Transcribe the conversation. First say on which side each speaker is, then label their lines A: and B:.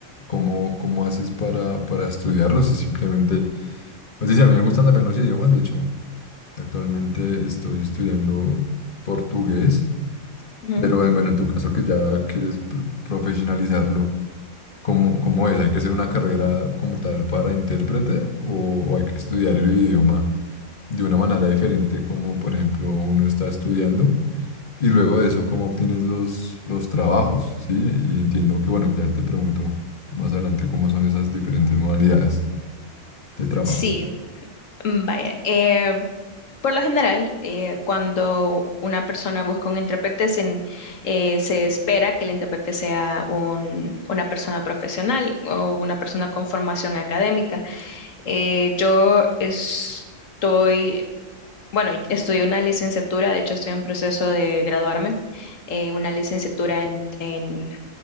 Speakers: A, on the left; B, on the left.
A: ¿cómo, cómo haces para, para estudiarlos? Y simplemente, es decir, a mí me gustan también los idiomas, de hecho, actualmente estoy estudiando portugués,
B: Ujú.
A: pero en- bueno, en tu caso que ya quieres pro- profesionalizarlo, ¿cómo, cómo es? ¿Hay que hacer una carrera como tal para intérprete o, o hay que estudiar el idioma de una manera diferente como, por ejemplo, uno está estudiando? Y luego de eso, ¿cómo obtienes los, los trabajos? Sí, y entiendo que, bueno, que ya te pregunto más adelante cómo son esas diferentes modalidades de trabajo.
B: Sí, mm, vaya. eh, Por lo general, eh, cuando una persona busca un intérprete, se, en- eh, se espera que el intérprete sea un- una persona profesional o una persona con formación académica. Eh, yo estoy, bueno, estudio una licenciatura, de hecho estoy en proceso de graduarme, eh, una licenciatura en, en-